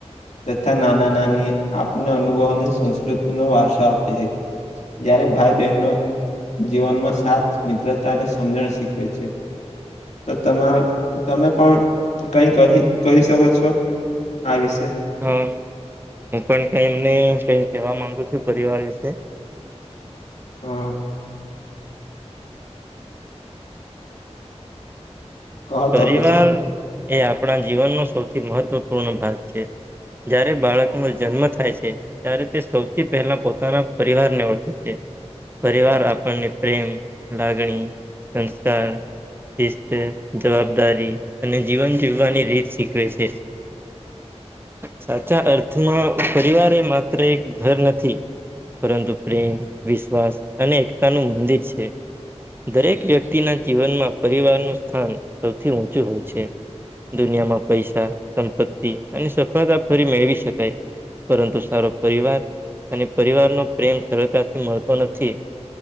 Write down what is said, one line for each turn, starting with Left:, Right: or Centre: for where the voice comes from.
Left: તથા નાના નાની આપણ ને અનુભવ અને સંસ્કૃતિનો વારસો આપે છે. જ્યારે ભાઈ બહેનો જીવનમાં સાથ મિત્રતાને સમજણ શીખવે છે. તો તમારો તમે પણ કંઈ કહી-કહી શકો છો આ વિશે.
Right: હા, હું પણ કઈ એમને કઈ કહેવા માંગુ છું પરિવાર વિશે.
Left: હા. કહો
Right: પરિવાર
Left: તો પછી
Right: એ આપણા જીવનનો સૌથી મહત્વપૂર્ણ ભાગ છે. જયારે બાળકનો જન્મ થાય છે. ત્યારે તે સૌથી પહેલા પોતાના પરિવાર ને ઓળખે છે. પરિવાર આપણને પ્રેમ, લાગણી, સંસ્કાર શિસ્ત, જવાબદારી અને જીવન જીવવાની રીત શીખવે છે. સાચા અર્થમાં પરિવાર એ માત્ર એક ઘર નથી. પરંતુ પ્રેમ વિશ્વાસ અને એકતાનું મંદિર છે. દરેક વ્યક્તિના જીવનમાં પરિવારનું સ્થાન સૌથી ઊંચું હોય છે. દુનિયામાં પૈસા, સંપત્તિ અને સફળતા ફરી મેળવી શકાય પરંતુ સારો પરિવાર અને પરિવાર નો પ્રેમ સરળતાથી મળતો નથી.